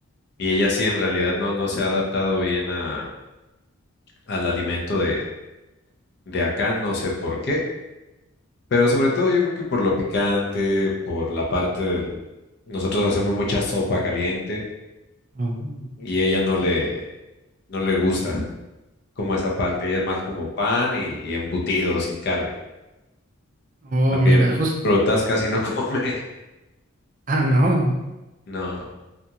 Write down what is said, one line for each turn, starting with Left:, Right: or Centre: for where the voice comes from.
Left: Y ella sí, en realidad no, no se ha adaptado bien a, al alimento de, de acá, no sé por qué. Pero sobre todo yo creo que por lo picante, por la parte del... Nosotros hacemos mucha sopa caliente
Right: Oh,
Left: y ella no le, no le gusta como esa parte. Ella es más como pan y, y embutidos y carne.
Right: Oh,
Left: También
Right: mira, justo...
Left: frutas casi no <laughs> come.
Right: Ah, no,
Left: No,